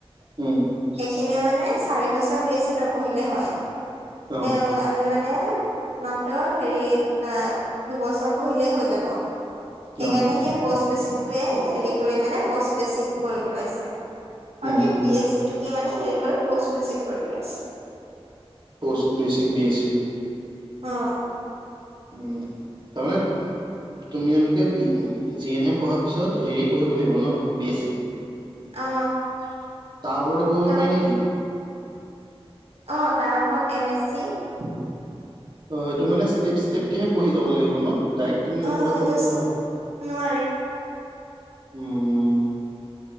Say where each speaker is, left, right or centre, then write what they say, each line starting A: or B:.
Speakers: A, on the right; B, on the right.
A: উম
B: সেইখিনিয়ে মানে চাৰি বছৰ বি এছি নপঢ়িলে হয়,
A: অ
B: তে- আমি মানে মাত্ৰ হেৰি ত দুবছৰ পঢ়িলেই হৈ যাব। সেইকাৰণে
A: অ
B: সেই পষ্ট বেচিকটোৱে হেৰি কৰি মানে পষ্ট বেচিক কৰিব পেলাইছে। অ
A: উম
B: কি
A: উম
B: বি এছি তোকে মানে হেৰি কৰি পষ্ট পেচিক কৰি পেলাইছে।
A: Post basic B S C.
B: অ।
A: উম, তাৰমানে তুমিয়ালোকে বি জি এন এম পঢ়া পিছত হেৰি পঢ়িব লাগিব ন বি এ চি। তাৰ
B: অ
A: উপৰতো পঢ়িব
B: তাৰমানে
A: পাৰি নেকি?
B: অ তাৰ ওপৰত এম এছ চি।
A: অ সেইটো মানে ষ্টেপ ষ্টেপকেহে পঢ়ি যাব লাগিব ন ডাইৰেক্ট তুমি
B: অ
A: ওপৰলে
B: সেইটো
A: পঢ়িব নোৱাৰা।
B: নোৱাৰি।
A: উমঁ।